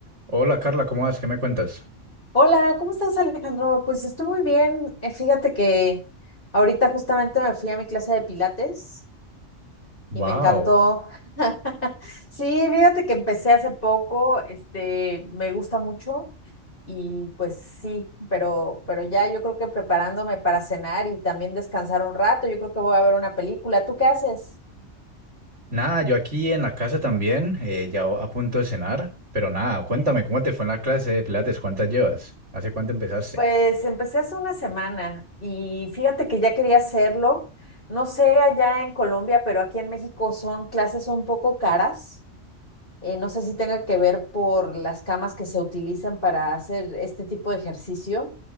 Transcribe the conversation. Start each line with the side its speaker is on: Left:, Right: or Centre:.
Right: Hola Carla, ¿cómo vas? ¿Qué me cuentas?
Left: Hola, ¿cómo estás, Alejandro? Pues estoy muy bien. Eh, Fíjate que ahorita justamente me fui a mi clase de pilates
Right: Wow.
Left: y me encantó. <laughs> Sí, fíjate que empecé hace poco, este, me gusta mucho y pues sí, pero, pero ya yo creo que preparándome para cenar y también descansar un rato, yo creo que voy a ver una película. ¿Tú qué haces?
Right: Nada, yo aquí en la casa también, eh, ya a punto de cenar, pero nada, cuéntame, ¿cómo te fue en la clase de Pilates? ¿Cuántas llevas? ¿Hace cuánto empezaste?
Left: Pues empecé hace una semana y fíjate que ya quería hacerlo. No sé allá en Colombia, pero aquí en México son clases un poco caras. Eh, no sé si tenga que ver por las camas que se utilizan para hacer este tipo de ejercicio.